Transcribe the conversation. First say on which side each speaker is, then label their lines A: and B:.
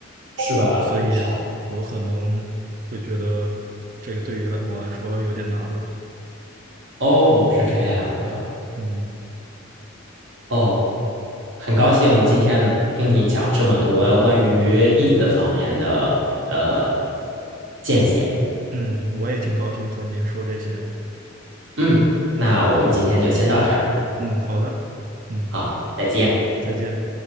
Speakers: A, on the right; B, on the right.
A: 是吧？
B: 所以
A: 好，
B: 我可能会觉得这个对于来我来说有点难了。
A: 哦，是这样的。
B: 嗯，
A: 哦。很高兴今天能听你讲这么多关于音乐方面的呃
B: 好的，
A: 见解。
B: 嗯，我也挺高兴和你说这些。
A: 嗯，那我们今天就先到这儿，
B: 嗯，好的，嗯，
A: 好，再见。
B: 再见。